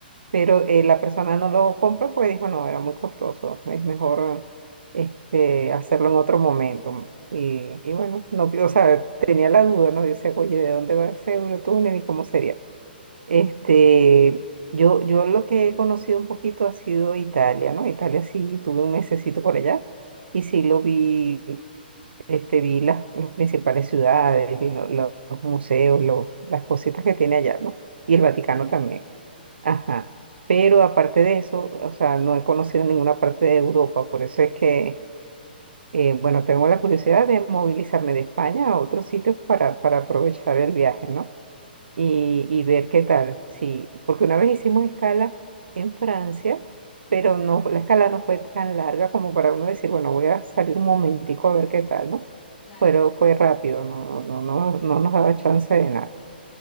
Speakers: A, on the right; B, on the left.
A: Pero eh, la persona no lo compró porque dijo, no, era muy costoso, es mejor este, hacerlo en otro momento. Y, y bueno, no, o sea, tenía la duda, ¿no? Yo decía, oye, ¿de dónde va ese Eurotúnel y cómo sería? Este, yo, yo lo que he conocido un poquito ha sido Italia, ¿no? Italia sí, tuve un mesecito por allá y sí lo vi, este, vi las, las principales ciudades, y lo- lo- los museos, lo- las cositas que tiene allá, ¿no? Y el Vaticano
B: Sí,
A: también. Ajá. Pero aparte de eso, o sea, no he conocido ninguna parte de Europa, por eso es que, eh, bueno, tengo la curiosidad de movilizarme de España a otros sitios para, para aprovechar el viaje, ¿no? y,
B: claro.
A: y ver qué tal. Sí, porque una vez hicimos escala en Francia, pero
B: Ujú,
A: no, la escala no fue tan larga como para uno decir, bueno, voy a salir un momentico a ver qué tal, ¿no?
B: claro.
A: Pero fue rápido, no, no, no, no nos daba chance de nada.